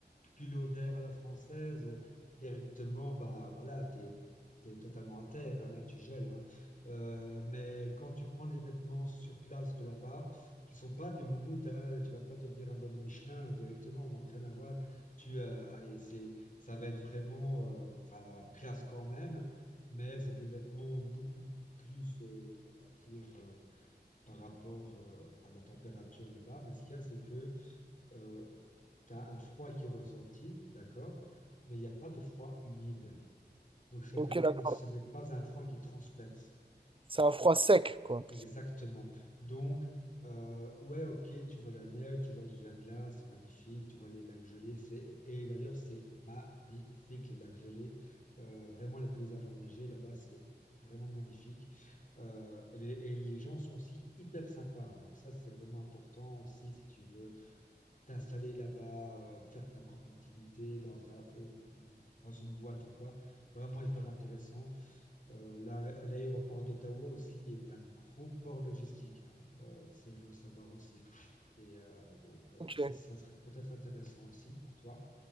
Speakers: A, on the left (about 45°); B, on the right (about 30°).
A: culot vert à la française, directement, bah voilà, t'es t'es totalement à terre, hein, tu gèles. hein. Euh, mais quand tu prends les vêtements sur place de là-bas, qui sont pas des moumoutes, hein, tu vas pas devenir un bonhomme Michelin hein, directement, non, rien à voir. Tu, euh, allez, c'est, ça va être vraiment, euh, enfin, classe quand même, mais c'est des vêtements beaucoup plus, euh, on va dire, euh, par rapport euh, à la température là-bas. Mais ce qu'il y a, c'est que euh, tu as un froid qui est ressenti, d'accord, mais il n'y a pas de froid humide. Donc, c'est-à-dire
B: ok, d'accord.
A: que ce n'est pas un froid qui transperce.
B: C'est un froid sec, quoi.
A: Exactement. Donc, euh, ouais, ok, tu vois la neige, tu vois du verglas, c'est magnifique, tu vois les lacs gelés, c'est... et d'ailleurs, c'est magnifique, les lacs gelés. Euh, vraiment, les paysages enneigés, là-bas, c'est vraiment magnifique. Euh, et, les, et les gens sont aussi hyper sympas. Donc, ça, c'est vraiment important aussi si tu veux t'installer là-bas, euh, faire ta propre activité dans, ta- euh, dans une boîte ou quoi. Vraiment hyper intéressant. Euh, l'a- l'aéroport d'Ottawa aussi est un gros port logistique. hein. Euh, ça, il faut le savoir aussi. Et euh, donc, euh,
B: Ok,
A: ça,
B: ouais,
A: ça serait peut-être intéressant aussi pour toi.